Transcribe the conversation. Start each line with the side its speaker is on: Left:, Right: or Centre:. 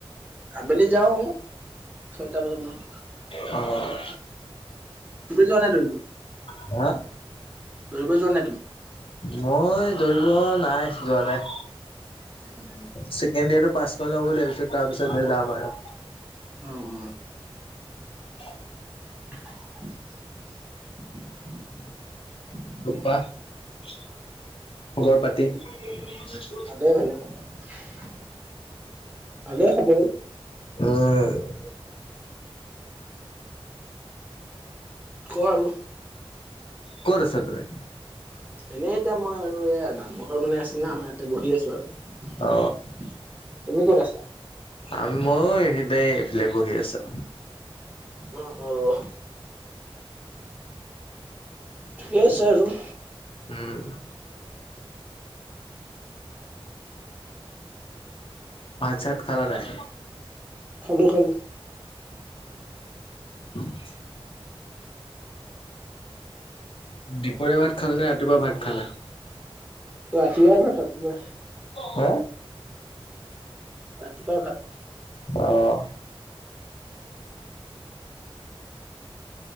Right: আবেলি যাওঁ। ছয়টা বজা মানত
Left: <unintelligible> অ'।
Right: তুমি যোৱা নাই দৌৰিব,
Left: হা
Right: দৌৰিব যোৱা নাই তুমি?
Left: মই দৌৰিব নাই যোৱা নাই।
Right: <inaudible>
Left: ছেকেণ্ড ইয়াৰটো পাছ কৰি ল'ব লাগিব, পিছত তাৰ পিছতহে যাম আৰু।
Right: অ অ
Left: <unintelligible>
Right: <unintelligible>
Left: <unintelligible> খবৰ-পাতি
Right: ভালে ভালে খবৰ, ভালে খবৰ।
Left: উম।
Right: ক আৰু।
Left: ক'ত আছা তই?
Right: এনেই এতিয়া মই আৰু এয়া নামঘৰ বনাই আছে না আমাৰ ইয়াতে বহি আছো আৰু।
Left: অ
Right: তুমি ক'ত আছা?
Left: আ ময়ো এই দে বহি আছো।
Right: অহ অহ। ঠিকেই আছে আৰু।
Left: উম। পাত-চাত খালা নাই?
Right: খালো খালো।
Left: <unintelligible> দিপৰীয়াৰ ভাত খালা নে ৰাতিপুৱা ভাত খালে?
Right: ৰাতিপুৱা ভাত ৰাতিপুৱা
Left: হ
Right: ৰাতিপুৱা ভাত
Left: <unintelligible> আহ।